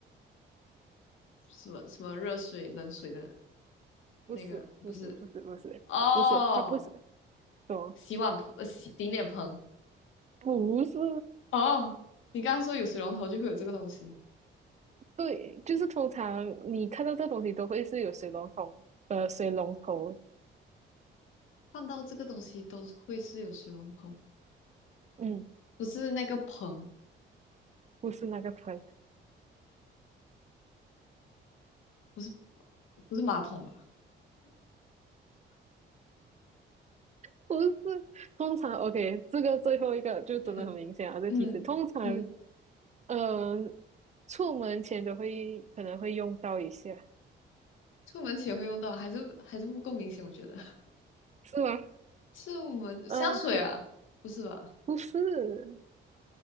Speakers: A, on the left; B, on the right.
A: 什么什么热水、冷水的
B: 不是，
A: 那个不是
B: 不是，不是，不是，
A: 哦，
B: 不是，它不是，什么？
A: 洗碗盆、呃，洗洗脸盆。
B: 不是，
A: 哦，你刚刚说有水龙头就会有这个东西，
B: 对，就是通常你看到这东西都会是有水龙头，呃，水龙头，
A: 看到这个东西都会是有水龙头，
B: 嗯，
A: 不是那个盆，
B: 不是那个盆，
A: 不是不是马桶吧？
B: <laughs> 不是，通常，OK，这个最后一个就真的很明显啊，
A: 嗯
B: 这提示，
A: 嗯嗯，
B: 通常，嗯、呃出门前都会可能会用到一下，
A: 出门前会用到，还是还是不够明显，我觉得。
B: 是吗？
A: 这我们香水啊，
B: 嗯，
A: 不是吧？
B: 不是，